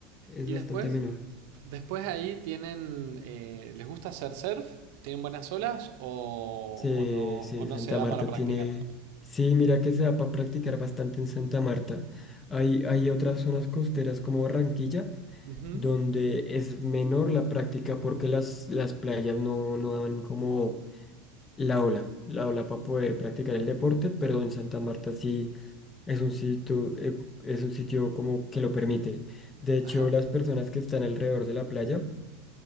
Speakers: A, on the left (about 25°); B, on the right (about 70°).
A: es
B: Y
A: bastante
B: después.
A: menor.
B: Después ahí tienen. eh, ¿les gusta hacer surf? ¿Tienen buenas olas? O,
A: Sí,
B: o no,
A: sí,
B: o no
A: Santa
B: se da
A: Marta
B: para practicar.
A: tiene. Sí, mira que se da para practicar bastante en Santa Marta. Hay, hay otras zonas costeras como Barranquilla,
B: Ujú.
A: donde es menor la práctica porque las, las playas no, no dan como la ola, la ola para poder practicar el deporte, pero en Santa Marta sí es un sitio, eh, es un sitio como que lo permite. De hecho,
B: Ajá.
A: las personas que están alrededor de la playa